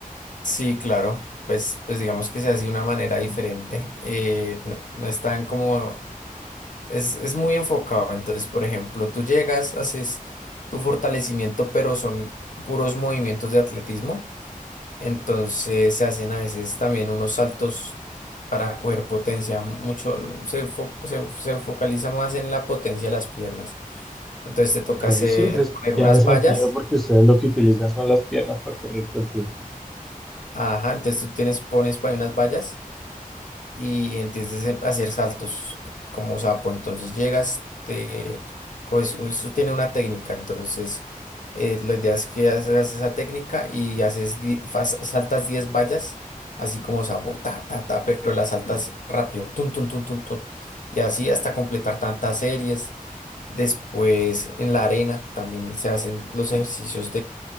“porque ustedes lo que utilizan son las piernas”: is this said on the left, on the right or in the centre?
Centre